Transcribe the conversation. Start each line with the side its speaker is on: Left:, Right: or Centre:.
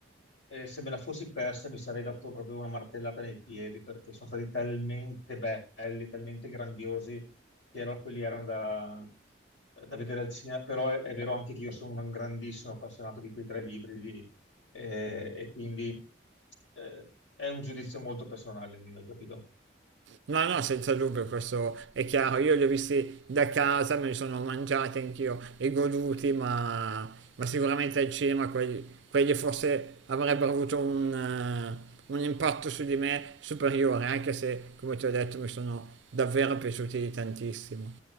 Left: eh, se me la fossi persa, mi sarei dato proprio una martellata nei piedi, perché sono stati talmente belli, talmente grandiosi che erano quelli erano da, da vedere al cinema, però è, è vero anche che io sono un grandissimo appassionato di quei tre libri lì, eh, e quindi eh, è un giudizio molto personale il mio, hai capito?
Right: no, no, senza dubbio, questo è chiaro. Io li ho visti da casa, me li sono mangiati anch'io e goduti, ma, ma sicuramente al cinema quelli, quelli forse avrebbero avuto un, eh, un impatto su di me superiore, anche se, come ti ho detto, mi sono davvero piaciuti tantissimo.